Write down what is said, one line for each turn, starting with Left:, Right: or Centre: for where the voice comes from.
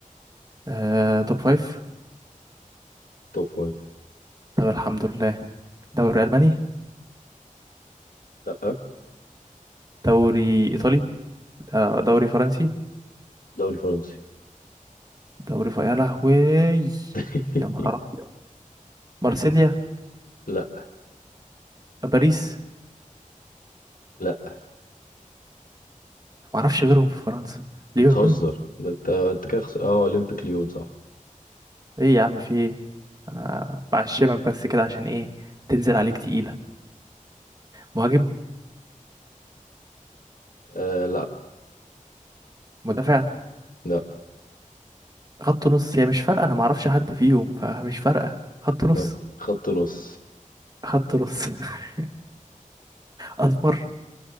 Right: آه، توب فايف
Left: توب فايف
Right: طب الحمد لله دوري الماني
Left: لا آه،
Right: دوري ايطالي آه، دوري فرنسي
Left: دوري فرنسي
Right: دوري ف... يا لهوي
Left: <laughs>
Right: يا نهار أبيض. مارسيليا
Left: لا
Right: باريس
Left: لا
Right: معرفش غيرهم في فرنسا ليون
Left: بتهزر ده انت انت كده خس- اه اولمبيك ليون صح
Right: ايه يا عم في ايه انا بعشمك بس كده عشان ايه تنزل عليك تقيلة مهاجم
Left: آه لا
Right: مدافع
Left: لا
Right: خط نص هي مش فارقة أنا معرفش حد فيهم فمش فارقة خط نص
Left: طب خط نص
Right: خط نص <laughs> أسمر